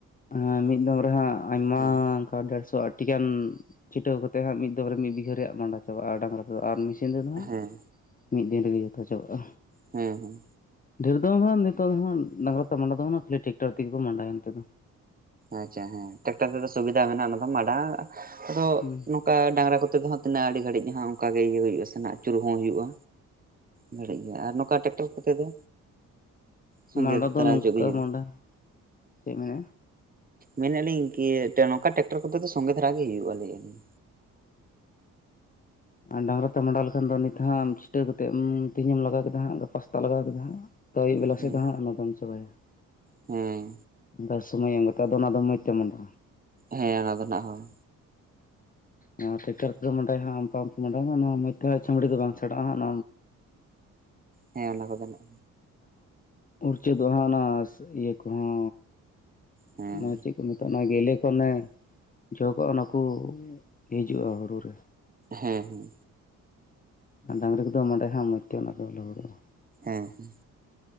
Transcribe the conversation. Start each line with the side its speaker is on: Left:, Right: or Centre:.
Left: ᱦᱮᱸ ᱢᱤᱫ ᱫᱚᱢ ᱨᱮᱦᱟᱸᱜ ᱟᱭᱢᱟ
Right: ᱦᱮᱸ
Left: ᱚᱱᱠᱟ ᱰᱮᱲᱥᱚ ᱟᱴ ᱴᱤᱠᱟᱱ ᱪᱷᱤᱴᱟᱹᱣ ᱠᱟᱛᱮ ᱦᱟᱸᱜ ᱢᱤᱫ ᱫᱚᱢ ᱨᱮ ᱢᱤᱫ ᱵᱤᱜᱟᱹ ᱨᱮᱭᱟᱜ ᱢᱟᱸᱰᱟ ᱪᱟᱵᱟᱜᱼᱟ ᱰᱟᱝᱨᱟ ᱛᱮᱫᱚ ᱟᱨᱥᱤᱱ ᱥᱤᱸᱫᱟᱹ ᱫᱚ ᱦᱟᱸᱜ
Right: ᱦᱮᱸ
Left: ᱢᱤᱫ ᱫᱤᱱ ᱨᱮᱜᱮ ᱡᱚᱛᱚ ᱪᱟᱵᱟᱜᱼᱟ
Right: ᱦᱮᱸ ᱦᱮᱸ
Left: ᱰᱷᱮᱨ ᱫᱚ ᱵᱟᱝᱜ ᱱᱤᱛᱚᱜ ᱫᱚ ᱰᱟᱝᱨᱟ ᱛᱮ ᱢᱟᱸᱰᱟ ᱫᱚ ᱵᱟᱝ-ᱟ ᱠᱷᱟᱹᱞᱤ ᱴᱨᱮᱠᱴᱟᱨ ᱛᱮᱜᱮ ᱠᱚ ᱢᱟᱸᱰᱟᱭᱟ ᱱᱤᱛ ᱫᱚ
Right: ᱟᱪᱪᱷᱟ ᱦᱮᱸ ᱴᱨᱟᱠᱴᱟᱨ ᱛᱮᱫᱚ ᱥᱩᱵᱤᱫᱟ ᱢᱮᱱᱟᱜᱼᱟ ᱚᱱᱟ ᱫᱚ ᱢᱟᱸᱰᱟ ᱟᱫᱚ
Left: ᱦᱩᱸ
Right: ᱱᱚᱝᱠᱟ ᱰᱟᱝᱨᱟ ᱠᱚᱛᱮ ᱫᱚᱦᱚᱸ ᱛᱤᱱᱟᱹᱜ ᱟᱹᱰᱤ ᱜᱷᱟᱹᱲᱤᱡ ᱡᱟᱦᱟᱸ ᱚᱱᱠᱟᱟᱜᱮ ᱤᱭᱟᱹ ᱦᱩᱭᱩᱜᱼᱟ ᱥᱮᱬ ᱟᱹᱪᱩᱨ ᱦᱚᱸ ᱦᱩᱭᱩᱜᱼᱟ ᱵᱟᱹᱲᱤᱡ ᱜᱮᱭᱟ ᱟᱨ ᱱᱚᱝᱠᱟ ᱴᱨᱮᱠᱴᱟᱨ ᱠᱚᱛᱮ ᱫᱚ ᱥᱚᱸᱜᱮ
Left: ᱢᱟᱸᱰᱟ ᱫᱚ
Right: ᱫᱷᱟᱨᱟ
Left: ᱱᱚᱝᱠᱟ
Right: ᱦᱚᱪᱚᱜ ᱜᱮ ᱦᱩᱭᱩᱜᱼᱟ
Left: ᱢᱟᱸᱰᱟ ᱪᱮᱫ ᱢᱮᱱᱟᱜᱼᱟ
Right: ᱢᱮᱱᱮᱜ ᱞᱤᱧ ᱠᱤ‌ᱱᱚᱝᱠᱟ ᱴᱨᱮᱠᱴᱟᱨ ᱠᱚᱛᱮ ᱫᱚ ᱥᱚᱝᱜᱮ ᱫᱷᱟᱨᱟ ᱜᱮ ᱦᱩᱭᱩᱜᱼᱟ ᱞᱟᱹᱭ ᱟᱞᱤᱧ
Left: ᱦᱮᱸ ᱟᱨ ᱰᱟᱝᱨᱟ ᱛᱮ ᱢᱟᱸᱰᱟ ᱞᱮᱠᱷᱟᱱ ᱫᱚ ᱱᱤᱛ ᱦᱟᱸ ᱪᱷᱤᱴᱟᱹ ᱠᱟᱛᱮ ᱛᱮᱦᱮᱧ ᱮᱢ ᱞᱟᱜᱟᱣ ᱠᱮᱫᱟ ᱦᱟᱸᱜ ᱜᱟᱯᱟ ᱥᱮᱛᱟᱜ ᱞᱟᱜᱟᱣ ᱠᱮᱫᱟ ᱦᱟᱸᱜ ᱟᱹᱭᱩᱵ ᱵᱮᱞᱟ
Right: ᱦᱮᱸ
Left: ᱥᱮᱫ ᱫᱚ ᱦᱟᱸᱜ ᱚᱱᱟ ᱫᱚᱢ ᱪᱟᱵᱟᱭᱟ
Right: ᱦᱮᱸ
Left: ᱵᱟᱥ ᱥᱚᱢᱚᱭ ᱮᱢ ᱠᱟᱛᱮᱜ ᱟᱫᱚ ᱚᱱᱟ ᱫᱚ ᱢᱚᱡᱽ ᱛᱮ ᱢᱚᱸᱰᱟᱜ-ᱟ
Right: ᱦᱮᱸ ᱚᱱᱟ ᱫᱚ ᱱᱟᱜ ᱦᱚᱸ
Left: ᱮᱸ ᱴᱨᱟᱠᱴᱚᱨ ᱛᱮᱫᱚ ᱱᱚᱰᱮ ᱦᱟᱸᱜ <unintelligible> ᱢᱚᱡᱽ ᱛᱮ ᱦᱟᱸᱜ ᱪᱷᱟᱢᱲᱤ ᱫᱚ ᱵᱟᱝ ᱪᱷᱟᱰᱟᱜ ᱟ <unintelligible>
Right: ᱦᱮᱸ ᱚᱱᱟ ᱠᱚᱫᱚ ᱜᱟᱱᱚᱜ ᱟ
Left: ᱩᱲᱪᱟᱹ ᱫᱚ ᱚᱱᱟ ᱤᱭᱟᱹ ᱠᱚᱦᱚᱸ
Right: ᱦᱮᱸ
Left: ᱚᱱᱟ ᱫᱚ ᱪᱮᱫ ᱠᱚ ᱢᱮᱛᱟᱜ ᱟ ᱚᱱᱟ ᱜᱮᱞᱮ ᱠᱚ ᱚᱱᱮ ᱡᱚ ᱠᱚᱜ ᱟ ᱚᱱᱟ ᱠᱚ ᱦᱤᱡᱩᱜᱼᱟ ᱦᱩᱲᱩ ᱨᱮ
Right: ᱦᱮᱸ ᱦᱮᱸ
Left: ᱟᱨ ᱰᱟᱝᱨᱤ ᱠᱚᱫᱚ ᱱᱚᱰᱮ ᱦᱟᱸᱜ <unintelligible> ᱢᱚᱡᱽ <unintelligible> ᱛᱮ ᱚᱱᱟ ᱫᱚ ᱞᱟᱦᱩᱫᱚᱜ ᱟ
Right: ᱦᱮᱸ ᱦᱮᱸ